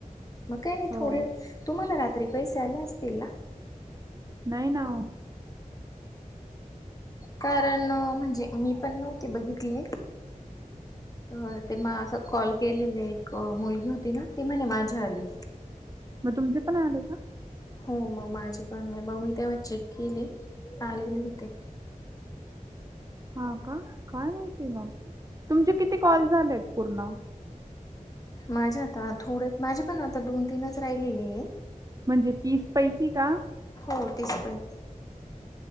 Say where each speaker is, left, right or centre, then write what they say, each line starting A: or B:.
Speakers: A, on the left (about 25°); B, on the right (about 25°).
A: मग काय नाही
B: हो
A: थोडे तुम्हाला रात्री पैसे आले असतील ना
B: नाही ना
A: कारण म्हणजे मी पण नव्हते बघितले ते असं त्यांना कॉल केलेले एक मुलगी होती ना ती म्हणे माझ्या आली
B: मग तुमचे पण आले का
A: हो मग माझे पण उद्या चेक केले आलेले होते
B: हा का काय माहितीय ना तुमचे किती कॉल झालेत पूर्ण
A: माझ्या आता थोडे माझे पण आता दोन तीनच राहिलेले आहेत
B: म्हणजे तीस पैकी का?
A: हो तीस पैकी